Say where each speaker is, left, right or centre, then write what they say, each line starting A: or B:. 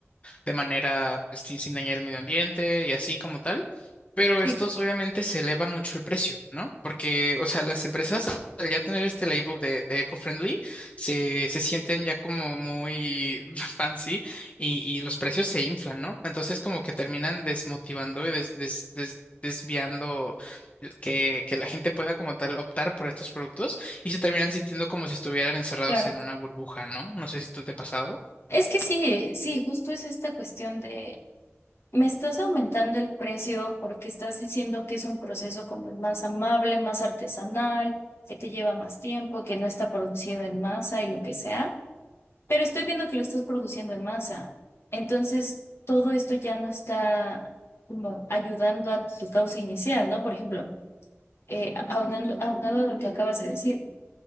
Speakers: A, on the left; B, on the left.
A: de manera pues, sin, sin dañar el medio ambiente y así como tal. Pero estos
B: Sí,
A: obviamente se elevan mucho el precio, ¿no? Porque, o sea, las empresas al ya tener este label de, de eco-friendly se, se sienten ya como muy <laughs> fancy y, y los precios se inflan, ¿no? Entonces como que terminan desmotivando y des- des- des- desviando que, que la gente pueda como tal optar por estos productos y se terminan sintiendo como si estuvieran encerrados
B: claro.
A: en una burbuja, ¿no? No sé si tú te ha pasado.
B: Es que sí, sí, justo es esta cuestión de, me estás aumentando el precio porque estás diciendo que es un proceso como más amable, más artesanal, que te lleva más tiempo, que no está producido en masa y lo que sea, pero estoy viendo que lo estás produciendo en masa. Entonces, todo esto ya no está como ayudando a tu causa inicial, ¿no? Por ejemplo, eh, aunando, aunado a lo que acabas de decir